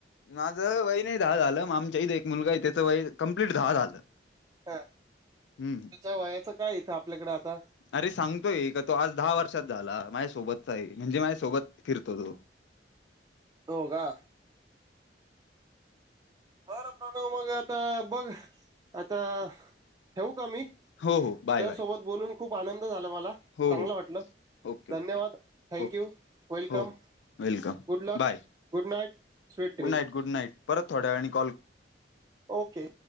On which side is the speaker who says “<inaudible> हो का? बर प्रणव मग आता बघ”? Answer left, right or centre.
Right